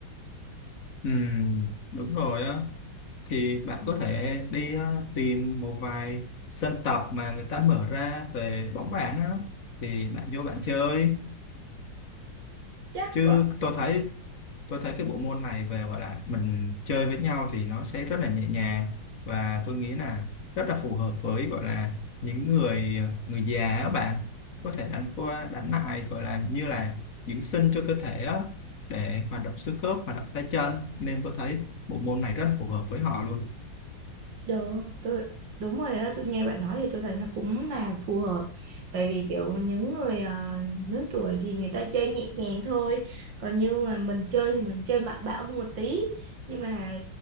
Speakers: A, on the left; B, on the right.
A: Ừm, đúng rồi á thì bạn có thể đi ờ, tìm một vài sân tập mà người ta mở ra về bóng bàn á thì bạn vô bạn chơi
B: chắc
A: chứ
B: vậy
A: tôi thấy tôi thấy cái bộ môn này về gọi là mình chơi với nhau thì nó sẽ rất là nhẹ nhàng và tôi nghĩ là rất là phù hợp với gọi là những người người già á bạn có thể đánh qua đánh lại gọi là như là dưỡng sinh cho cơ thể á để hoạt động xương khớp hoạt động tay chân nên tôi thấy bộ môn này rất là phù hợp với họ luôn
B: Đúng, tôi đúng rồi á, tôi nghe bạn nói thì tôi thấy nó cũng là phù hợp. Tại vì kiểu những người à, lớn tuổi thì người ta chơi nhẹ nhàng thôi, còn như mà mình chơi thì mình chơi mạnh bạo hơn một tí. Nhưng mà